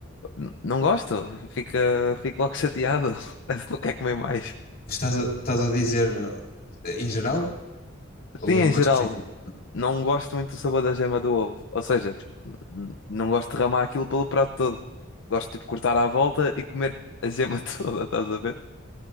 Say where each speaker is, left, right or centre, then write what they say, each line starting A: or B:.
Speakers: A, on the left; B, on the left.
A: N- Não gosto, fica, fico logo chateado. <laughs> Parece que não quer comer mais.
B: Estás a, estás a dizer eh, em geral
A: Sim,
B: ou
A: em
B: num prato
A: geral,
B: específico?
A: não gosto muito do sabor da gema do ovo. Ou seja, tipo, n- não gosto de derramar aquilo pelo prato todo. Gosto, tipo, cortar à volta e comer a gema <laughs> toda, estás a ver?